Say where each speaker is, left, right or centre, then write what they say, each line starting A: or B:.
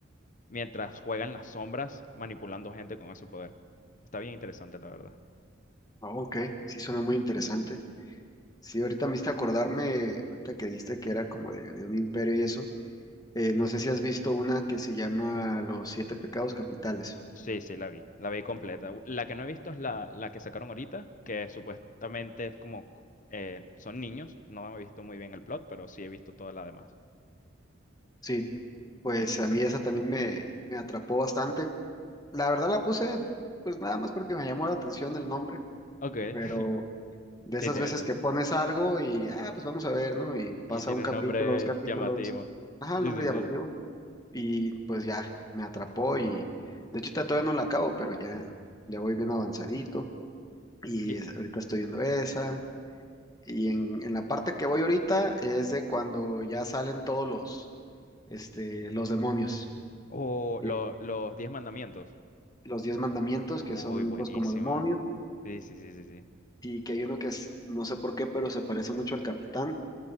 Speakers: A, on the left; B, on the left.
A: mientras juega en las sombras manipulando gente con ese poder. Está bien interesante, la verdad.
B: Oh, ok, sí suena muy interesante. Sí, ahorita me hiciste acordarme, ahorita que dijiste que era como de, de un imperio y eso, eh, no sé si has visto una que se llama Los Siete Pecados Capitales.
A: Sí, sí, la vi. La vi completa. U- La que no he visto es la, la que sacaron ahorita, que supuestamente es como... cu- eh, son niños. No he visto muy bien el plot, pero sí he visto toda la demás.
B: Sí, pues a mí esa también me, me atrapó bastante. La verdad la puse, pues nada más porque me llamó la atención el nombre,
A: Ok. <laughs>
B: pero de
A: Sí,
B: esas
A: tiene,
B: veces que pones algo y, ah, pues vamos a ver, ¿no? Y pasa
A: y tiene
B: un capítulo,
A: un nombre
B: dos capítulos,
A: llamativo.
B: ajá,
A: Sí,
B: el nombre
A: sí,
B: llamativo,
A: sí.
B: y pues ya, me atrapó y de hecho ahorita todavía no la acabo, pero ya, ya voy bien avanzadito. Y
A: ¿Qué-
B: es- ahorita estoy viendo esa. Y en, en la parte que voy ahorita es de cuando ya salen todos los, este, los demonios,
A: O
B: que-
A: lo- los Diez Mandamientos.
B: los diez mandamientos
A: Uy,
B: que son
A: buenísima.
B: pues como demonios
A: Sí, sí, sí, sí, sí.
B: y que hay uno que es, no sé por qué, pero se parece mucho al capitán